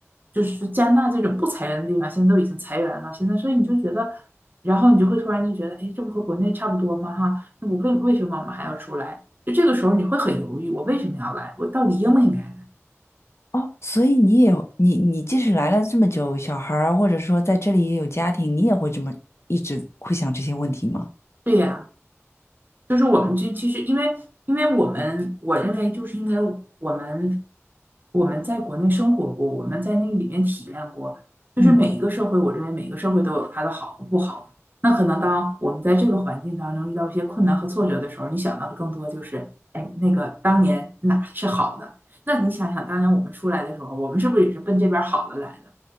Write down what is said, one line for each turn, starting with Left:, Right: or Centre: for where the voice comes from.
Right: 就是加拿大这种不裁员的地方，现在都已经裁员了，现在所以你就觉得。然后你就会突然就觉得，哎，这不和国内差不多吗？哈，那我为为什么我们还要出来？就这个时候你会很犹豫，我为什么要来？我到底应不应该来？
Left: 哦，所以你也有你你即使来了这么久，小孩儿或者说在这里也有家庭，你也会这么一直会想这些问题吗？
Right: 对呀。就是我们这其实因为因为我们我认为就是因为我们我们在国内生活过，我们在那里面体验过，就是每一个社会，
Left: 嗯，
Right: 我认为每个社会都有它的好和不好。那可能当我们在这个环境当中遇到一些困难和挫折的时候，你想到的更多就是，哎，那个当年哪是好的？那你想想，当年我们出来的时候，我们是不是也是奔这边好的来的？